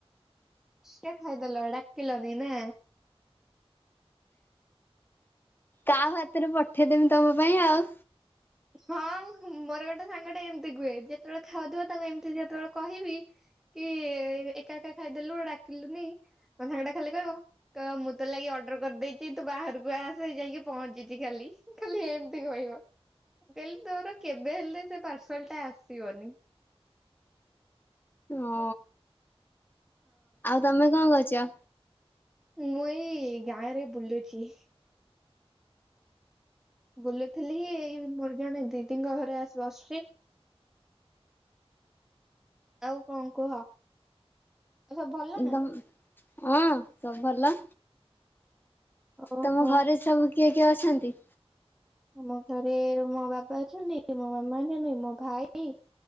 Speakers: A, in the centre; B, on the left.
A: ଏକା ଖାଇଦେଲ ଡାକିଲନି ନା
B: କାଉ ହାତରେ ପଠେଇ ଦେବି ତମ ପାଇଁ ଆଉ
A: ହଁ ମୋର ଗୋଟେ ସାଙ୍ଗ ଟେ ଏମିତି କୁହେ ଯେତେବେଳେ ଖାଉଥିବ ତାକୁ ଏମିତି ଯେତେବେଳେ କହିବି। କି ଏକା ଏକା ଖାଇଦେଲୁ ଡାକିଲୁନି ମୋ ସାଙ୍ଗ ଟା ଖାଲି କହିବ। ତ ମୁଁ ତ ଲାଗି ଅର୍ଡର କରିଦେଇଛି ତୁ ବାହାରକୁ ଆସ ଯାଇକି ପହଞ୍ଚିଚି ଖାଲି। ଖାଲି ଏମିତି କହିବ। ମୁଁ କହିଲି ତୋର କେବେ ହେଲେ ସେ ପାର୍ସଲ ଟା ଆସିବନି।
B: ଓ ଆଉ ତମେ କଣ କରୁଚ?
A: ମୁଁ ଏଇ ଗାଁରେ ବୁଲୁଛି। ବୁଲୁଥିଲି ଏଇ ମୋର ଜଣେ ଦିଦିଙ୍କ ଘରେ ଆସି ବସଛି। ଆଉ କଣ କୁହ? ସବୁ ଭଲ ନା
B: ଦମ ହଁ ସବୁ ଭଲ।
A: ଓହୋ
B: ତମ ଘରେ ସବୁ କିଏ କିଏ ଅଛନ୍ତି?
A: ଆମ ଘରେ ମୋ ବାପା, ଅଛନ୍ତି ମୋ ମାମା ଅଛନ୍ତି, ମୋ ଭାଇ।